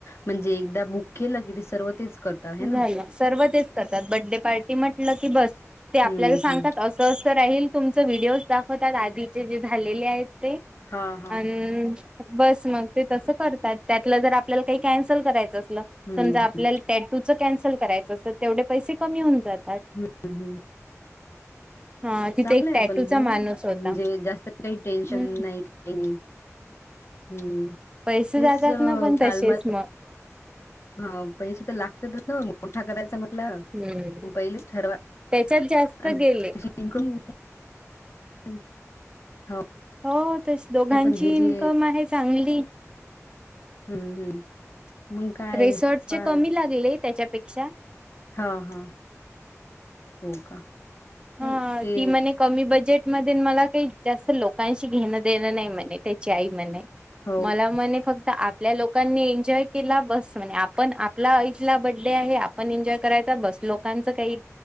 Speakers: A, on the left (about 50°); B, on the right (about 20°).
A: म्हणजे एकदा बुक केलं की सर्व तेच करता है ना
B: झाल सर्व तेच करतात बड्डे पार्टी म्हटलं की बस ते आपल्याला
A: हम्म
B: सांगतात
A: हम्म.
B: असं असं राहील तुमच व्हिडिओज दाखवतात आधीचे जे झालेले आहेत. ते
A: हा हा.
B: अन. बस मग ते तस करतात त्यातलं जर आपल्याला काही कॅन्सल करायचं असल
A: हम्म
B: समजा
A: हम्म
B: आपल्या तूच कॅन्सल करायचं अस तेवढे पैसे कमी होऊन जातात.
A: हम्म हम्म.
B: हा तिथे
A: चांगलं
B: एक
A: आहे
B: टॅटूचा
A: पण नाही
B: माणूस
A: ना म्हणजे
B: होता
A: जास्त काही टेन्शन
B: हम्म
A: नाही काही नाही. हम्म
B: पैसे
A: तेच
B: जातात ना पण
A: कालम.
B: तसेच मग
A: ह पैसे तर लागतेच ना मोठा करायचा म्ह
B: हम्म
A: ल पहिलीच ठरवा
B: त्याच्यात जास्त
A: <unintelligible>
B: गेले
A: <unintelligible>
B: हो तशी दोघांची
A: नाही पण हे
B: इन्कम
A: जे
B: आहे चांगली.
A: हम्म हम्म. मग काय
B: रिसॉर्टचे
A: पा
B: कमी लागले त्याच्यापेक्षा
A: हा हा हो का.
B: हा
A: नाही ते
B: ती म कमी बजेट मध्ये म का जात लोकांशी घेण देण नाही म्हणे त्याची आई म्हणे
A: हो
B: मला
A: का
B: म्हणे फक्त आपल्या लोकांनी एन्जॉय केला बस म्हणजे आपण आपला आईतला बडडे आहे आपण एन्जॉय कराय बस लोकांच काही